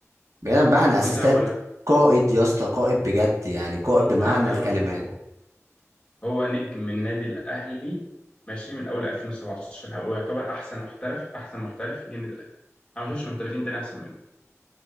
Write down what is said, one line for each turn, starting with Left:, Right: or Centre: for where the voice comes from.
Right: بعيدا بقى عن اسيستات
Left: زي ما بقول لك
Right: قائد يا اسطى قائد بجد يعني قائد
Left: هو
Right: بمعنى
Left: انا
Right: الكلمة
Left: بشوفه
Right: يعني.
Left: هو نجم النادي الأهلي ماشي من أول 2017 هو يعتبر أحسن محترف أحسن محترف جه النادي الأهلي أنا ما شفتش محترفين تاني أحسن منه